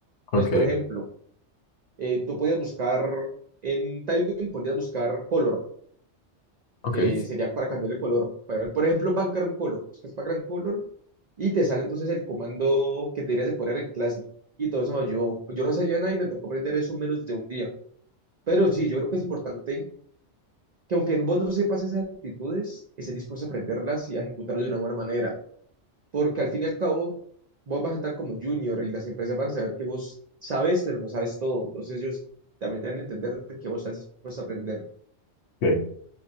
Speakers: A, on the right; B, on the left.
A: Entonces,
B: Ok,
A: por ejemplo, eh, tú podías buscar en Tailwind, podías buscar color,
B: ok.
A: que sería para cambiar el color. Por ejemplo, background color, buscas background color y te sale entonces el comando que deberías de poner en class name. Y todo eso me ayudó. Pues yo no sabía nada y me tocó aprender eso en menos de un día. Pero sí, yo creo que es importante que aunque vos no sepas esas actitudes, estés dispuesto a aprenderlas y a ejecutarlas de una buena manera, porque al fin y al cabo vos vas a entrar como junior y las empresas van a saber que vos sabes, pero no sabes todo, entonces ellos también deben entender que vos estás dispuesto a aprender.
B: Ok.